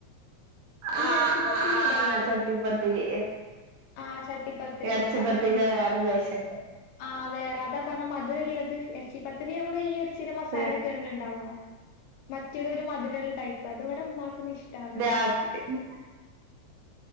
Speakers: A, on the left; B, on the right.
A: ഈ
B: ആഹ്
A: എറച്ചിപ്പത്തിരിണ്ടല്ലോ.
B: ആഹ് ആഹ് ചട്ടിപ്പത്തിരി
A: ആഹ് ചട്ടിപത്തിരി
B: എറച്ചിപ്പത്തിന്റെ
A: അതന്നെ.
B: വേറെ വേഷം
A: ആഹ് വേറെഅതാ പറഞ്ഞ മധുരള്ളത് എറച്ചി പത്തിരി നമ്മള് ഏർച്ചി. ച്ചിടെ മസാലക്കേണല്ലോ
B: ഏഹ്
A: ണ്ടാവാ മറ്റേതൊരു മധുരുള്ള ടൈപ്പാ അതിവിടെ മ്മാക്ക് ന്നും ഇഷ്ടാവൂ
B: ആഹ്